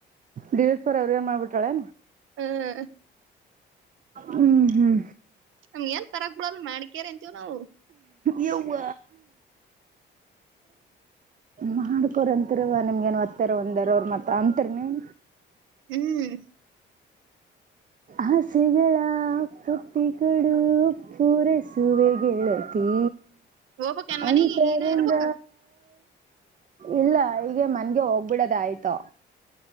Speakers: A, on the right; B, on the right.
A: ಡಿವೇಟ್ ಫರ್ ಎವರುವನ್ ಮಾಡ್ಬಿಟ್ಟಾಳೆ.
B: ಹ್ಮ.
A: ಹ್ಮ್ ಹ್ಮ್.
B: ನಮ್ ಏನ್ ಪರಗ್ ಬಿಡಲ್ ಮಾಡಕ್ಯಾರ ಅಂತೀವ್ ನಾವು.
A: ಯವ ಮಾಡ್ಕೊ್ರಂತರವ ನಿಮ್ಗೇನು ಒತ್ತಾರ ಒಂದರ ಅವರು ಮತ್ತು ಅಂತರ ನೀವು.
B: ಹ್ಮ್.
A: ಹಸೆಗಳ ಪಟ್ಟಿ ಕಡು ಪೂರಸುವೆ ಗೆಳತಿ.
B: ಹೋಗ್ಬಕ್ ಏನ್ ಮನಿಗಿ
A: ಅಂತರಂಗ.
B: ಹೀನ ಇರ್ಬೇಕ
A: ಇಲ್ಲ ಈಗ ಮನ್ಗೆ ಹೋಗ್ಬಿಡದ ಆಯ್ತು.